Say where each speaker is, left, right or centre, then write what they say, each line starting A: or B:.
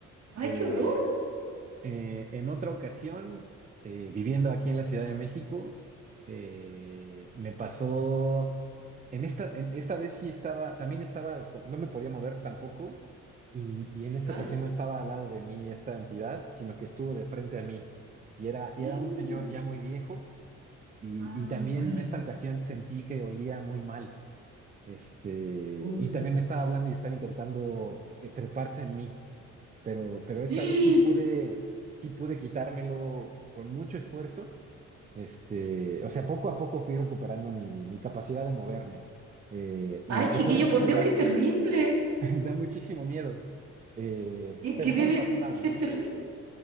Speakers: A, on the right (about 60°); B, on the right (about 25°).
A: ¡Ay,
B: Eh,
A: qué horror!
B: Eh, en otra ocasión, eh, viviendo aquí en la Ciudad de México, eh, me pasó, en esta, en esta vez sí estaba, también estaba, co- no me podía mover tampoco, y, y en esta
A: ¿Ah?
B: ocasión no estaba al lado de mí esta entidad, sino que estuvo de frente a mí, y era, y
A: Mm,
B: era un señor ya muy viejo, y,
A: ¡Ay,
B: y también en esta ocasión sentí que olía muy mal, este,
A: qué horror!
B: y también me estaba hablando y estaba intentando eh, treparse en mí pero, pero esta
A: <gasps>
B: vez sí pude, sí pude quitármelo con mucho esfuerzo. Este, o sea, poco a poco fui recuperando mi, mi capacidad de moverme. Eh, y
A: ¡Ay,
B: pues
A: chiquillo,
B: obviamente
A: por Dios,
B: da,
A: qué terrible!
B: <laughs> da muchísimo miedo, Eh,
A: Es
B: pero
A: que debe
B: no me pasó nada,
A: ser
B: ¿no?
A: terrible.